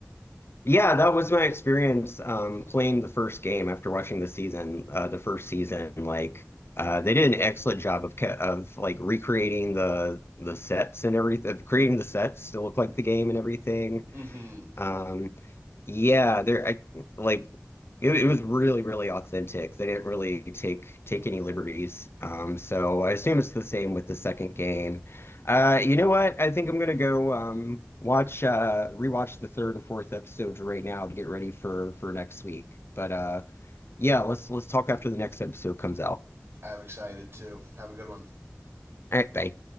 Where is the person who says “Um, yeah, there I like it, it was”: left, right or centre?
Left